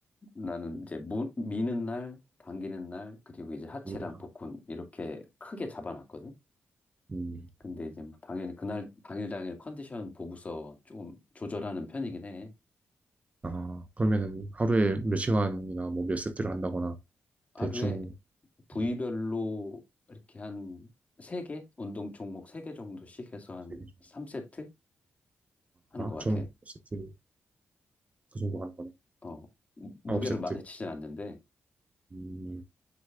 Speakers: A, on the left; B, on the right.
A: 나는 이제 무, 미는 날, 당기는 날, 그리고 이제 하체랑
B: 모르다나
A: 복근 이렇게 크게 잡아놨거든.
B: 음,
A: 근데 이제 뭐 당연히 그날 당일 당일 컨디션 보고서 조금 조절하는 편이긴 해.
B: 아 그러면은 하루에 몇 시간이나 뭐 몇 세트를 한다거나
A: 하루에
B: 대충
A: 부위별로
B: 음,
A: 이렇게 한 세개 운동 종목 세 개 정도씩 해서 한
B: 되게 좀-
A: 3세트 하는
B: 아,
A: 것 같아.
B: 총 세트 그 정도 하는 거네.
A: 어, 무- 무게를
B: 아홉 세트.
A: 많이 치진 않는데
B: 음,